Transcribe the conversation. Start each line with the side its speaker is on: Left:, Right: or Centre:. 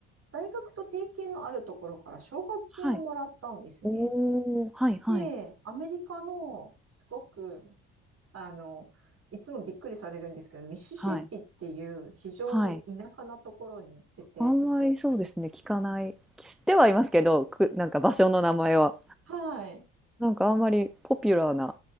Right: 大学と提携のあるところから奨学金をもらったんですね。
Centre: はい。おお、はいはい。
Right: で、アメリカのすごくあの、いつもびっくりされるんですけど、ミシシッピっていう非常に田舎なところに行ってて、
Centre: はい。はい。あんまりそうですね、聞かない。知ってはいますけど、くなんか場所の名前は。
Right: はい。
Centre: なんかあんまりポピュラーな